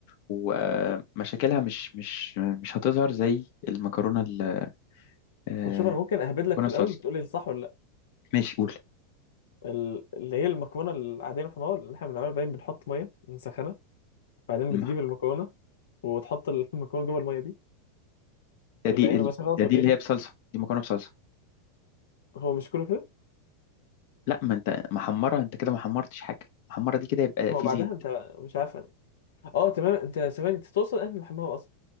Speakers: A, on the left (about 55°); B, on the left (about 80°).
A: ومشاكلها مش مش مش هتظهر زي المكرونه ال- آه،
B: طب شوف انا ممكن اهبد
A: المكرونه
B: لك في
A: الصلصه
B: الاول وتقول لي صح ولا لا
A: ماشي قول
B: ال- اللي هي المكرونه العاديه المحمره اللي احنا بنعملها باين بنحط ميه نسخنها بعدين
A: المح-
B: بتجيب المكرونه وتحط المكرونه جوه الميه دي
A: ده دي
B: ولا ايه انا
A: ال-
B: ماشي غلط
A: ده
B: ولا
A: دي اللي
B: ايه
A: هي بصلصه دي مكرونه بصلصه
B: هو مش كله كده
A: لا ما انت محمره انت كده ما حمرتش حاجه محمره دي كده يبقى
B: ما
A: في
B: هو بعدها
A: زيت
B: انت مش عارف اه تمام انت ثواني انت توصل انت محمره اصلا